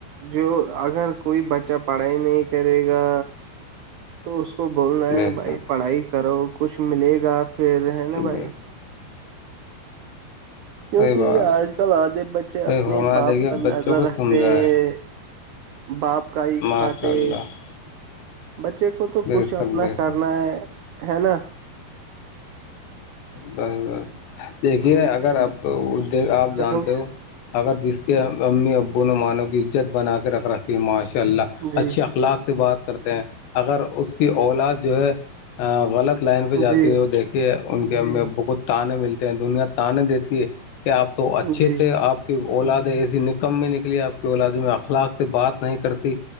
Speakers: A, on the right; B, on the left.
A: جو اگر کوئی بچہ پڑھائی نہیں کرے گا تو اس کو بولنا
B: بے
A: ہے بھائی
B: شک
A: پڑھائی کرو کچھ ملے گا پھر ہے نا بھائی
B: بے شک
A: کیوںکہ
B: صحیح بات ہے
A: آج کل آدھے بچے
B: صحیح
A: اپنے
B: فرما
A: ہی باپ
B: دیکھیے
A: پر
B: بچوں
A: نظر
B: کو
A: رکھتے
B: سمجھا
A: ہیں
B: ہے
A: باپ کا ہی
B: ماشاء
A: کھاتے
B: اللہ
A: بچے کو تو
B: بے
A: کچھ
B: شک
A: اپنا
B: بے
A: کرنا
B: شک
A: ہے ہے نا
B: بس بس دیکھیے
A: جی بھائی
B: اگر آپ آپ
A: بیٹھو
B: جانتے ہو اگر جس کے امی ابو نے مانوں کیزت بنا کے رکھ را پھر ماشاء اللہ
A: جی
B: اچھے اخلاق سے بات کرتے ہیں اگر اس کی اولاد جو ہے ہ غلط لائن پہ جاتی
A: جی
B: ہے وہ دیکھ کہ ان کے امی ابو کو تانے ملتے ہیں دنیا تاننے دیتی ہے کہ آپ تو اچھے
A: جی
B: تھے آپ کی اولادیں ایسی نکم میں نکلی آپ کی اولاد میں اخلاق سے بات نہیں کرتی